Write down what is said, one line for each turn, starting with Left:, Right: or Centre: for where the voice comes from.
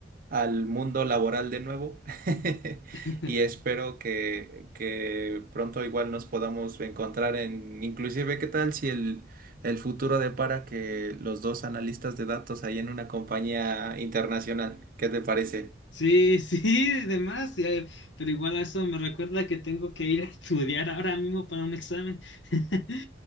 Right: al mundo laboral de nuevo <laughs>
Left: <laughs>
Right: y espero que, que pronto igual nos podamos encontrar en, inclusive, ¿qué tal si el, el futuro depara que los dos analistas de datos ahí en una compañía internacional? ¿Qué te parece?
Left: Sí, <laughs> sí, demás, eh, pero igual a eso me recuerda que tengo que ir a estudiar ahora mismo para un examen. <laughs>